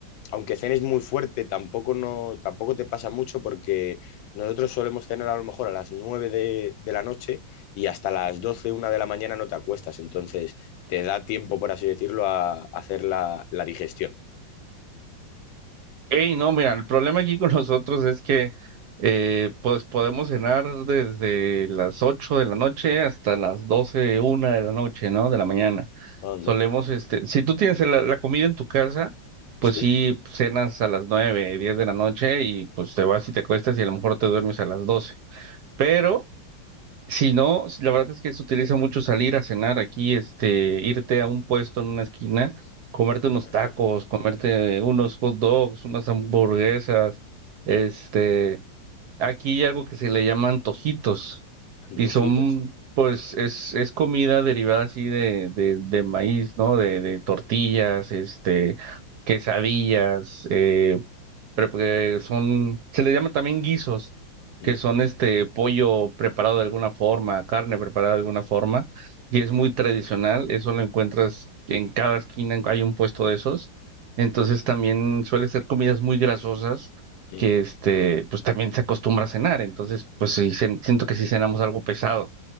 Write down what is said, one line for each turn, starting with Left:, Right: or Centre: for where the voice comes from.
Left: aunque cenes muy fuerte, tampoco, no, tampoco te pasa mucho porque nosotros solemos cenar a lo mejor a las 9 de, de la noche y hasta las doce una de la mañana no te acuestas, entonces te da tiempo, por así decirlo, a, a hacer la, la digestión.
Right: Hey, no, mira, el problema aquí con nosotros es que eh, pues podemos cenar desde las 8 de la noche hasta las doce una de la noche, ¿no? De la mañana.
Left: Anda,
Right: Solemos, este, si tú tienes la, la comida en tu casa, pues
Left: Sí,
Right: sí, cenas a las 9 10 de la noche y pues te vas y te acuestas y a lo mejor te duermes a las doce Pero si no, la verdad es que se utiliza mucho salir a cenar aquí, este, irte a un puesto en una esquina, comerte unos
Left: Ah,
Right: tacos, comerte unos hot dogs, unas hamburguesas, este, aquí hay algo que se le llama antojitos
Left: antojitas.
Right: y son, pues, es, es comida derivada así de, de, de maíz, ¿no? De, de tortillas, este, quesadillas, eh, pre- que son, se le llaman también guisos,
Left: Mm,
Right: que son este pollo preparado de alguna forma, carne preparada de alguna forma, y es muy tradicional, eso lo encuentras en cada esquina, hay un puesto de esos, entonces también suele ser comidas muy grasosas
Left: mm.
Right: que este, pues también se acostumbra a cenar, entonces pues sí, cen- siento que sí cenamos algo pesado.